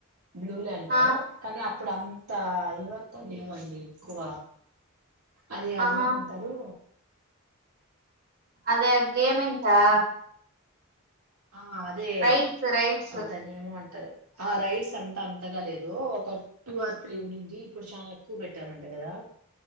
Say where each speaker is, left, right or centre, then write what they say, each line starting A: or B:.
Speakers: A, on the right; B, on the right.
A: బ్లూల్యాండ్
B: ఆ
A: కానీ అప్పుడు త్తా ఇవంత లేవండి ఎక్కువ అది అది
B: ఆహా
A: ఏమంతారు
B: అదే గేమింగ్కా
A: ఆ అదే
B: రైడ్స్ రైడ్స్
A: దాన్ని ఏమో అంటారు. ఆ రైడ్స్ అంత అంతగా లేదు. ఒక టూ ఆర్ త్రీ ఉంది. ఇప్పుడు షాన ఎక్కువ పెట్టారంట కదా